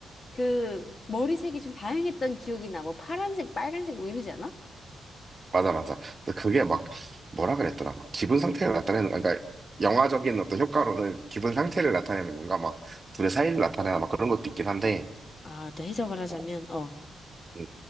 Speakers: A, on the left; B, on the right.
A: 그 머리색이 좀 다양했던 기억이 나. 뭐 파란색, 빨간색 뭐 이러지 않아?
B: 맞아, 맞아. 근데 그게 막, 뭐라 그랬더라. 막 기분 상태를 나타내는, 그러니까 영화적인 어떤 효과로는 기분 상태를 나타내는 건가? 막 둘의 사이를 나타내나 막 그런 것도 있긴 한데,
A: 아, 또 해석을 하자면,
B: 어,
A: 어,
B: 음,